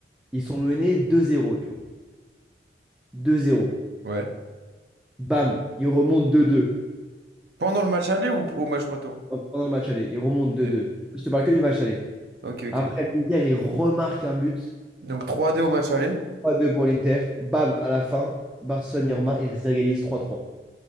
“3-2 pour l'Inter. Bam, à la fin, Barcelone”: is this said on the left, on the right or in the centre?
Centre